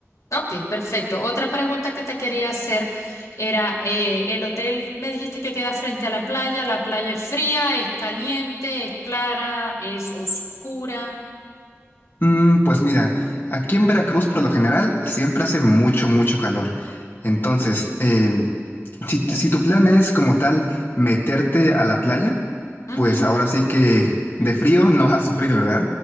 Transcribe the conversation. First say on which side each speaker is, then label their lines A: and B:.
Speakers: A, on the left; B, on the left.
A: Ok, perfecto. Otra pregunta que te quería hacer era, eh, el hotel me dijiste que queda frente a la playa, la playa es fría, es caliente, es clara, es oscura.
B: Mm, pues mira, aquí en Veracruz por lo general siempre hace mucho, mucho calor. Entonces, eh, si, si tu plan es como tal meterte a la playa,
A: Ujú,
B: pues ahora sí que de frío no vas a sufrir, ¿verdad?